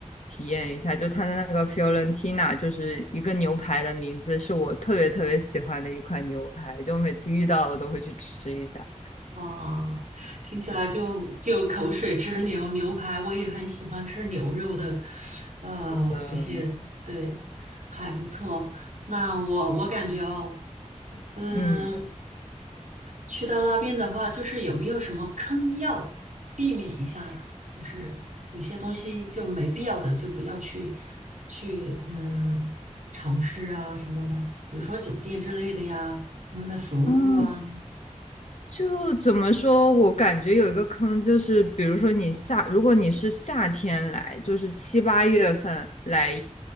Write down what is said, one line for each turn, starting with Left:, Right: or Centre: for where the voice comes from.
Left: 体验一下。就它的那个 Fiorentina，就是一个牛排的名字，是我特别特别喜欢的一款牛排，就每次遇到我都会去吃一下。
Right: 哇，听起来就就口水直流。牛排我也很喜欢吃牛肉的，呃，
Left: 嗯
Right: 这些对，还不错。那我我感觉哦，嗯，
Left: 嗯。
Right: 去到那边的话，就是有没有什么坑要避免一下呀？就是有些东西就没必要的，就不要去去嗯、尝试啊什么的，比如说酒店之类的呀，他们的服务啊，
Left: 嗯就怎么说，我感觉有一个坑，就是比如说你夏，如果你是夏天来，就是七八月份来